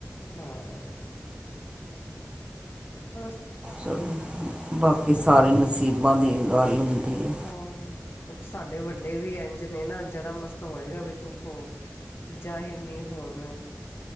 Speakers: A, on the left; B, on the right.
A: ਹਾਂ ਬਸ
B: ਚਲੋ, ਬਾਕੀ ਸਾਰੀ ਨਸੀਬਾਂ ਦੀ ਗੱਲ ਹੁੰਦੀ ਏ।
A: ਹਾਂ, ਸਾਡੇ ਵੱਡੇ ਵੀ ਏੰਝ ਨੇ ਨਾ ਜਰਾ ਮਾਸਾ ਹੋਏਗਾ ਵੀ ਦੁਖ ੳਹ ਜਾਹਿਰ ਨੀ ਹੁਨ